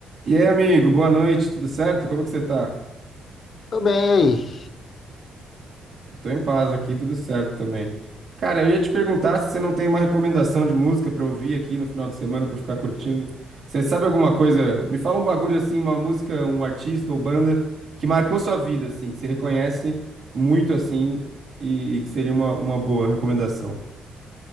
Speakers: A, on the right; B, on the left.
A: E aí, amigo, boa noite, tudo certo? Como que você tá?
B: Tô bem, e aí?
A: Eu tô em paz aqui, tudo certo também. Cara, eu ia te perguntar se você não tem uma recomendação de música pra ouvir aqui no final de semana pra eu ficar curtindo. Você sabe alguma coisa? Me fala um bagulho assim, uma música, um artista ou banda que marcou sua vida, assim, que você reconhece muito assim e, e que seria uma, uma boa recomendação.